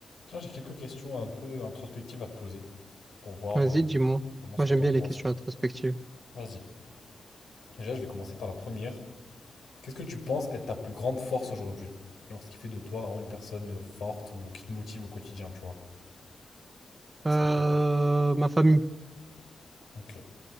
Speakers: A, on the left; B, on the right.
A: Tiens, j'ai quelques questions un peu introspectives à te poser pour voir
B: Vas-y,
A: euh,
B: dis-moi.
A: vraiment ce
B: Moi,
A: que
B: j'aime
A: tu en
B: bien
A: penses
B: les questions
A: et tout.
B: introspectives.
A: Vas-y. Déjà, je vais commencer par la première. Qu'est-ce que tu penses être ta plus grande force aujourd'hui? Genre, ce qui fait de toi vraiment une personne euh, forte ou qui te motive au quotidien, tu vois. Ça
B: Euh,
A: serait quoi?
B: ma famille.
A: Ok.